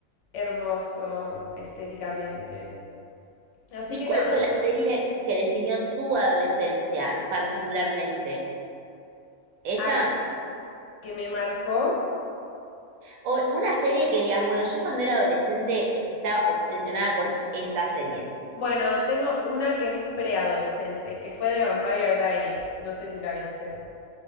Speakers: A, on the left (about 65°); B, on the right (about 80°).
A: hermoso estéticamente. Así
B: ¿Y
A: que
B: cuál
A: nada,
B: fue la serie que definió tu adolescencia particularmente? ¿Esa?
A: ah, que me marcó.
B: O una serie que digas, bueno, yo cuando era adolescente estaba obsesionada con esta serie.
A: Bueno, tengo una que es preadolescente, que fue de Vampire Diaries. No sé si la viste.